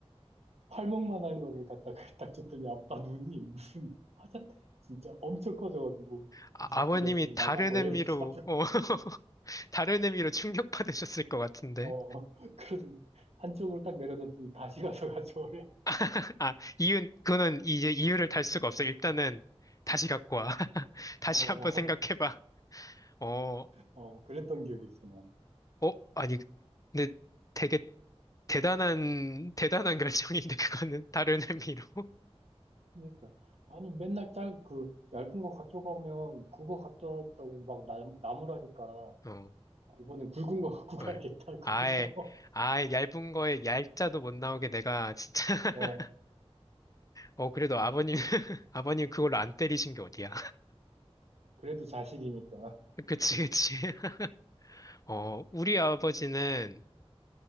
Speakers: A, on the right; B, on the left.
A: 팔목만한 거를 갖다가 <laughs> 딱 줬더니 아빠 눈이 무슨 화자 진짜 엄청 커져가지고
B: 아,
A: 이 새끼가
B: 버님이
A: 지금
B: 다른
A: 나보고
B: 의미로,
A: 애를 잡으라
B: 어, <laughs> 다른 의미로 충격받으셨을 것 같은데.
A: <laughs> 어 그러더니 한쪽으로 딱 내려놓더니 다시 가서 <laughs> 가져오래
B: <laughs> 아, 이윤, 그거는 이제 이유를 달 수가 없어. 일단은 다시 갖고 와. <laughs> 다시
A: 어, 어
B: 한번 생각해봐.
A: 어.
B: 어,
A: 어, 그랬던 기억이 있어 난
B: 어, 아니, 근데 되게 대단한, 대단한 <laughs> 결정인데, 그거는 다른 의미로. <laughs>
A: 그러니까 아니 맨날 짤 그 얇은 거 가져가면 그거 갖다 왔다고 막 나, 나무라니까
B: 어,
A: 아, 이번엔 굵은 거 갖고 가야겠다
B: 헐.
A: 그래서
B: 아예,
A: <laughs>
B: 아예 얇은 거에 얄자도 못 나오게 내가 진짜. <laughs>
A: 어
B: 어, 그래도 아버님, <laughs> 아버님 그걸로 안 때리신 게 어디야.
A: 그래도 자식이니까
B: 그치, 그치. <laughs> 어, 우리 아버지는